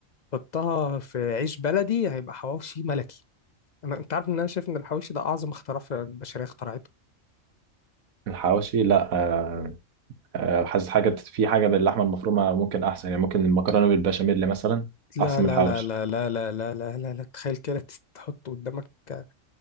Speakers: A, on the left; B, on the right.
A: حطها في عيش بلدي هيبقى حواوشي ملكي انا انت عارف ان انا شايف ان الحواوشي ده اعظم اختراع في البشريه اخترعته
B: الحواوشي لا آه، آه، حاسس حاجة في حاجة باللحمة المفرومة ممكن أحسن يعني ممكن المكرونة بالبشاميل مثلا
A: لا
B: أحسن
A: لا
B: من الحواوشي
A: لا لا لا لا لا لا لا, لا. تخيل كده تس- تحط قدامك آه،